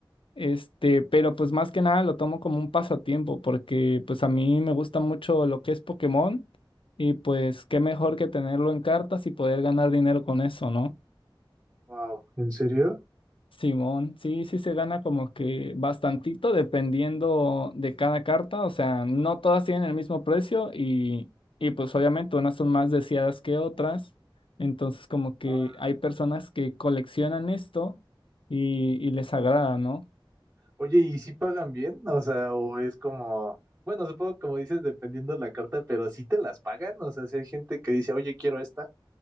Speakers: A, on the left; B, on the right.
A: Este, pero pues más que nada lo tomo como un pasatiempo porque pues a mí me gusta mucho lo que es Pokémon y pues qué mejor que tenerlo en cartas y poder ganar dinero con eso, ¿no?
B: Wow. ¿En serio?
A: Simón, sí, sí se gana como que bastantito dependiendo de cada carta, o sea, no todas tienen el mismo precio y, y pues obviamente unas son más deseadas que otras, entonces como que
B: Ah.
A: hay personas que coleccionan esto y, y les agrada, ¿no?
B: Oye, ¿y si pagan bien? O sea, o es como, bueno, supongo como dices, dependiendo la carta, pero si te las pagan, o sea, si hay gente que dice, oye, quiero esta.